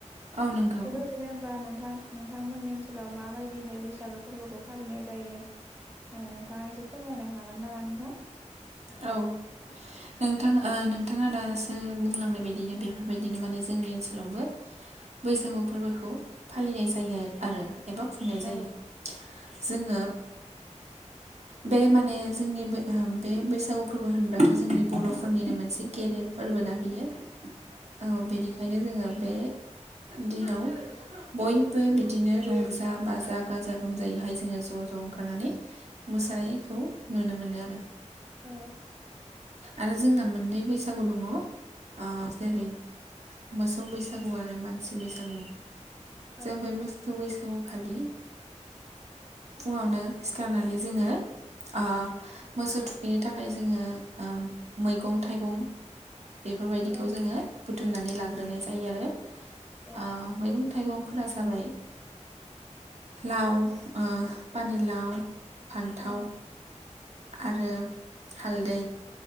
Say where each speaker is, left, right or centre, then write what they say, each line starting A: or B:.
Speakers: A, on the right; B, on the right.
A: औ नंगौ
B: बेबायदिनो होमबा नोंथां नोंथांमोननि ओनसोलाव माबायदिहाय बैसागो फोरबोखौ फालिनाय जायो नोंथाङा ओ एसे फोरमायनो हागोन नामा नोंथां
A: औ नोंथां ओ नोंथाङा दासो बुंलांनाय बायदिनो बेफोरबायदिनो माने जोंनि ओनसोलावबो बैसागु फोरबोखौ फालिनाय जायो आ-आरो एबा खुंनाय
B: औ
A: जायो जोङो बे माने जोंनि बे होम बे बैसागु फोरबो होनबाथ जोंनि बर फोरनिनो मोनसे गेदेर फोरबोना बियो औ बेनिखायनो जोङो बे दिनाव बयबो बिदिनो रंजा बाजा गाजा गोमजायैहाय जोङो ज ज ओंखारनानै मोसानायखौ नुनो मोनो आरो
B: औ।
A: आरो जोंना मोननै बैसागु दङ ओ जेरै मोसौ बैसागु आरो मानसि बैसागु
B: औ
A: जों बै मोसौ बैसागु खौ खालि फुङावनो सिखारनानै जोङो ओ मोसौ थुखैनो थाखाय जोङो ओम मैगं थाइगं बेफोरबायदिखौ
B: औ
A: जोङो बुथुमनानै लाग्रोनाय जायो आरो
B: औ
A: ओ मैगं थाइगंफोरा जाबाय लाव ओ पानिलाव फान्थाव
B: औ
A: आरो हालदै